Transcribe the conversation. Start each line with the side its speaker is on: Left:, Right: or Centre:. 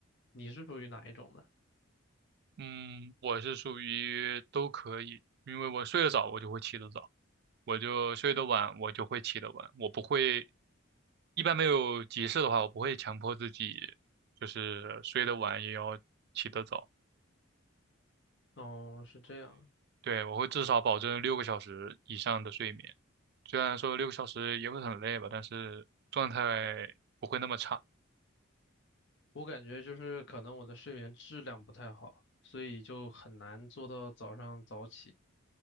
Left: 你是属于哪一种的？
Right: 嗯，我是属于都可以，因为我睡得早，我就会起得早；我就睡得晚，我就会起得晚。我不会，一般没有急事的话，我不会强迫自己，就是睡得晚也要起得早。
Left: 哦，是这样。
Right: 对，我会至少保证六个小时以上的睡眠。虽然说六个小时也会很累吧，但是状态不会那么差。
Left: 我感觉就是可能我的睡眠质量不太好，所以就很难做到早上早起。